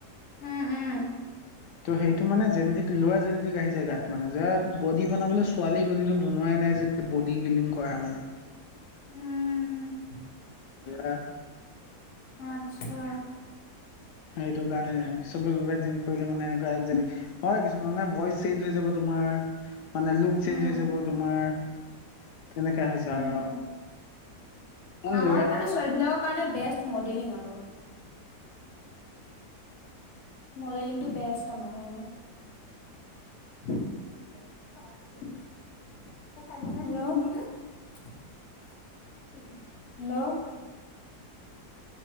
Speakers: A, on the left; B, on the left.
A: উম উম
B: ত' সেইটো মানে যেেনে লোৱা জেনেতিিক আহি যায় গাত মানে যে বড বনাবলৈ ছোৱালী বডীটো বনোৱাই নাই বডি বিল্ডিং কৰা মানে
A: উম
B: <inaudible>
A: আচ্ছা
B: সেইটো কাৰণে চবে জিম কৰিলে মানে এনেকুৱা যেনে হয় মানে ভইচ চেঞ্জ হৈ যাব তোমাৰ মানে লুক
A: উম
B: চেঞ্জ হৈ যাব তোমাৰ তেনেকা হৈছে
A: উম
B: আৰু
A: উম
B: ইমান
A: আমাৰ
B: ল'ৰা
A: কাৰণে ছোৱালীবিলাকৰ কাৰণে বেস মডেলিং আৰু মডেলিংটো বেষ্ট আমাৰ কাৰণে কাৰ ্ হেল্ল'